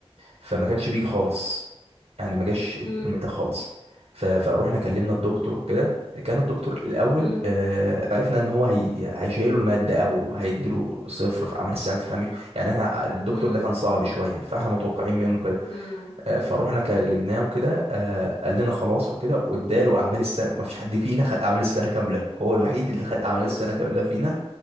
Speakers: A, on the right (about 75°); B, on the left (about 70°).
A: فما كانش بيجي خالص يعني ما جاش الترم
B: امم
A: ده خالص ف- فروحنا كلمنا الدكتور وكده كان الدكتور الأول
B: امم
A: آه، عرفنا إن هو هي... هيشيله المادة أو هيديله صفر في عمل السنة ما تفهميش يعني احنا آه، الدكتور
B: امم
A: ده كان صعب شوية فاحنا متوقعين منه كده
B: امم
A: آه، فروحنا كلمناه وكده آه، قال لنا خلاص وكده واداله أعمال السنة ما فيش حد فينا خد أعمال السنة كاملة هو الوحيد اللي خد أعمال
B: اوف
A: السنة كاملة فينا